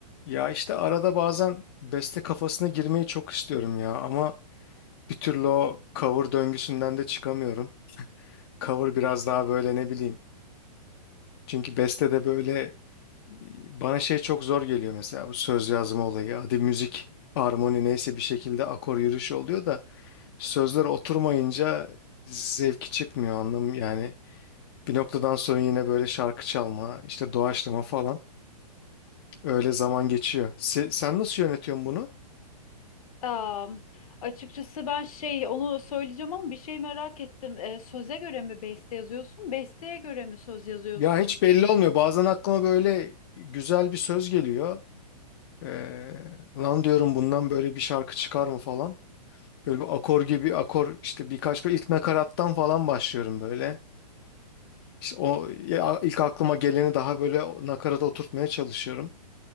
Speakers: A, on the left (about 40°); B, on the left (about 60°).
A: Ya işte arada bazen beste kafasına girmeyi çok istiyorum ya ama bir türlü o cover döngüsünden de çıkamıyorum. Cover biraz daha böyle ne bileyim. Çünkü beste de böyle e, bana şey çok zor geliyor mesela bu söz yazma olayı. Hadi müzik, armoni neyse bir şekilde akor yürüyüşü oluyor da sözler oturmayınca zevki çıkmıyor anlam yani. Bir noktadan sonra yine böyle şarkı çalma, işte doğaçlama falan öyle zaman geçiyor. Se- sen nasıl yönetiyorsun bunu?
B: Aa, açıkçası ben şey onu söyleyeceğim ama bir şey merak ettim. Ee, söze göre mi beste yazıyorsun? Besteye göre mi söz yazıyorsun?
A: Ya hiç belli olmuyor. Bazen aklıma böyle güzel bir söz geliyor. Ee, lan diyorum bundan böyle bir şarkı çıkar mı falan. Böyle bir akor gibi akor işte birkaç böyle ilk nakarattan falan başlıyorum böyle. İşte o ya, ilk aklıma geleni daha böyle nakarata oturtmaya çalışıyorum.